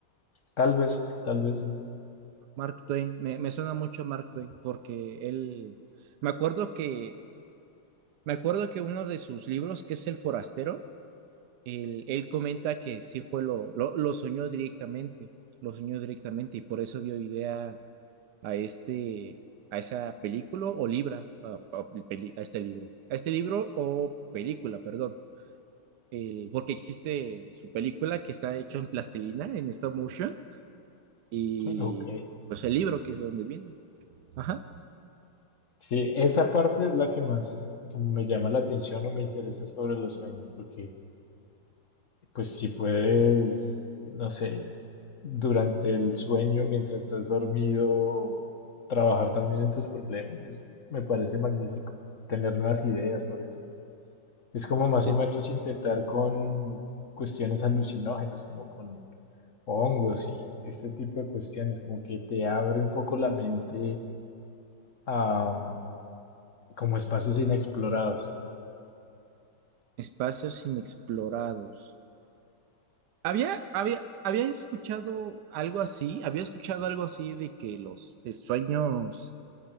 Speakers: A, on the left (about 45°); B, on the right (about 70°).
A: Tal vez, tal vez sí.
B: Mark Twain, me, me suena mucho Mark Twain porque él, me acuerdo que, me acuerdo que uno de sus libros, que es El Forastero, él, él comenta que sí fue lo, lo, lo soñó directamente, lo soñó directamente y por eso dio idea a este, a esa película o libra, a, a- peli- a este libro, a este libro o película, perdón, El- porque existe su película que está hecho en plastilina, en stop motion y
A: <laughs> Ok.
B: pues el libro que es donde viene. Ajá.
A: Sí, esa parte es la que más como me llama la atención o me interesa sobre los sueños, porque Pues si puedes, no sé, durante el sueño, mientras estás dormido, trabajar también en tus problemas, pues, me parece magnífico. Tener nuevas ideas, sobre todo. Es como más
B: Te-
A: o menos intentar con cuestiones alucinógenas, como con hongos y este tipo de cuestiones, como que te abre un poco la mente a como espacios inexplorados.
B: Espacios inexplorados. Había, había, había escuchado algo así, había escuchado algo así de que los eh, sueños,